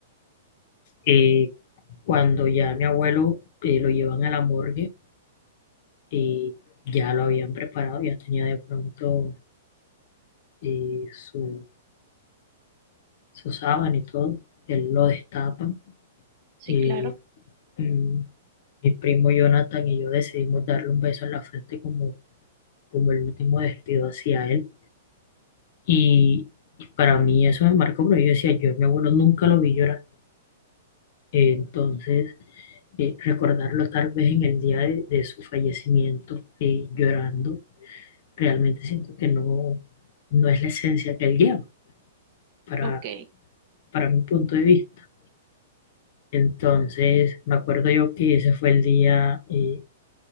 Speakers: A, on the left (about 55°); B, on the right (about 45°).
A: Eh, cuando ya mi abuelo eh, lo llevan a la morgue, y ya lo habían preparado, ya tenía de pronto eh, su, su sábana y todo, él lo destapa.
B: Sí,
A: eh,
B: claro.
A: mm, mi primo Jonathan y yo decidimos darle un beso en la frente como, como el último despido hacia él. Y, y para mí eso me marcó, pero yo decía, yo a mi abuelo nunca lo vi llorar. Eh, entonces, eh, recordarlo tal vez en el día de, de su fallecimiento eh, llorando, realmente siento que no, no es la esencia que él lleva para,
B: Ok,
A: para mi punto de vista. Entonces, me acuerdo yo que ese fue el día eh,